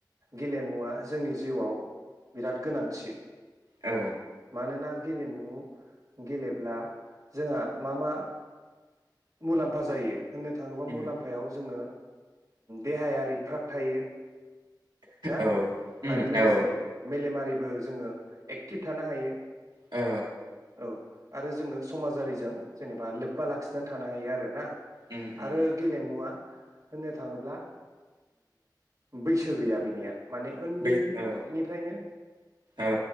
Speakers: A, on the right; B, on the right.
A: गेलेमुवा जोंनि जिउआव बिराद गोनांथि।
B: औ
A: मानोना बे गेलेमु गेलेब्ला जोंहा मा मा मुलाम्फा जायो होननो थाङोब्ला
B: उम
A: मुलाम्फायाव जोङो देहायारि फ्रात थायो। ना?
B: औ
A: आरो लोगोसे
B: औ
A: मेलेमारिबो जोङो - एक्टिभ थानो हायो।
B: औ
A: औ आरो जोङो समाजारिजों जेनेबा लोब्बा लाखिनानै थानो हायो आरो ना
B: उम उम
A: आरो
B: उम
A: गेलेमुवआ होननो थाङोब्ला बैसो गैया बिनिया माने उन्दैनिफ्रायनो
B: बै औ औ